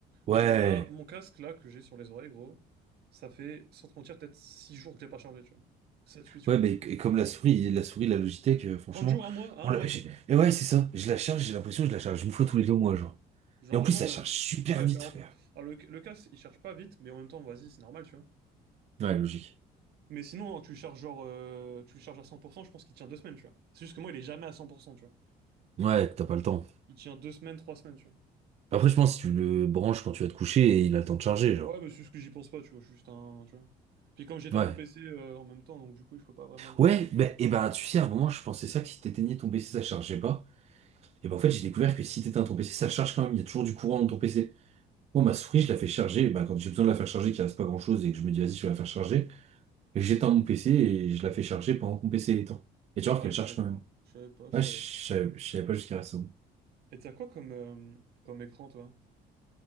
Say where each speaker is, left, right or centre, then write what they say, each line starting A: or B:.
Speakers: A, on the right (about 40°); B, on the right (about 70°).
A: Ouais.
B: Genre là, mon casque là, que j'ai sur les oreilles, gros, ça fait, sans te mentir, peut-être 6 jours que je l'ai pas chargé, tu vois. 7-8 jours,
A: Ouais, mais
B: tu vois.
A: c- et comme la souris, la souris, la Logitech, euh, franchement.
B: 30 jours, un mois, un
A: On
B: mois.
A: la- j'ai- Et ouais, c'est ça. Je la charge, j'ai l'impression que je la charge une fois tous les deux mois, genre.
B: Genre
A: Et en
B: vraiment,
A: plus, ça charge
B: euh,
A: super
B: ouais,
A: vite,
B: et en
A: frère.
B: plus- alors le, le casse, il charge pas vite, mais en même temps, vas-y, c'est normal, tu vois.
A: Ouais, logique.
B: Mais sinon, hein, tu le charges genre, euh, tu le charges à 100%, je pense qu'il tient deux semaines, tu vois. C'est juste que moi, il est jamais à 100%, tu vois.
A: Ouais, t'as pas le temps.
B: Il tient deux semaines, trois semaines, tu vois.
A: Après, je pense que si tu le branches quand tu vas te coucher, et il a le temps de charger, genre.
B: Ouais, mais c'est juste que j'y pense pas, tu vois, je suis juste un, tu vois. Puis comme j'étais
A: Ouais.
B: à mon PC euh, en même temps, donc du coup, je peux pas vraiment le...
A: Ouais, bah, et ben, tu sais, à un moment, je pensais ça que si t'éteignais ton PC, ça chargeait pas. Et ben en fait, j'ai découvert que si t'éteins ton PC, ça charge quand même, il y a toujours du courant dans ton PC. Moi, ma souris, je la fais charger, ben, quand j'ai besoin de la faire charger, qu'il reste pas grand-chose et que je me dis, vas-y, je vais la faire charger, j'éteins mon PC et je la fais charger pendant que mon PC est éteint. Et tu
B: Ouais,
A: vois qu'elle
B: je
A: charge
B: sais pas,
A: quand même.
B: je savais pas, je
A: Ouais,
B: savais
A: je
B: pas.
A: savais je savais pas jusqu'à récemment.
B: Et t'as quoi comme, euh, comme écran, toi?